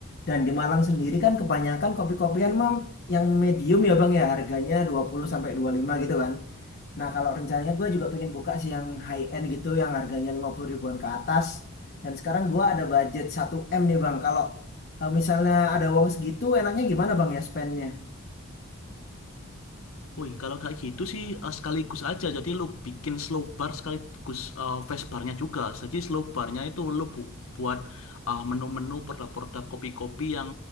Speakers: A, on the left (about 50°); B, on the left (about 70°).
A: Dan di Malang sendiri kan kebanyakan kopi-kopian mam yang medium ya Bang ya harganya dua puluh sampai dua puluh lima gitu kan. Nah, kalau rencananya gua juga pengen buka sih yang high end gitu yang harganya 50 ribuan ke atas. Dan sekarang gua ada budget satu m nih Bang. Kalau eh, misalnya ada uang segitu enaknya gimana Bang ya spendnya?
B: Wih, kalau kayak gitu sih eh, sekaligus aja. Jadi lu bikin slow bar sekaligus eh, fast barnya juga. Jadi slow barnya itu lu bu- buat eh, menu-menu produk-produk kopi-kopi yang